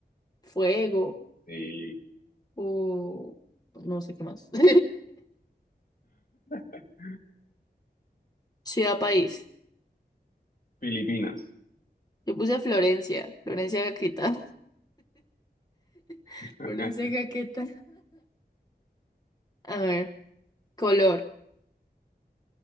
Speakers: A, on the left; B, on the left.
A: fuego,
B: Sí.
A: o no sé qué más. <laughs>
B: <laughs>
A: Ciudad, país.
B: Filipinas.
A: Yo puse Florencia, Florencia Gaqueta <laughs>
B: <laughs>
A: Florencia Gaqueta. A ver, color,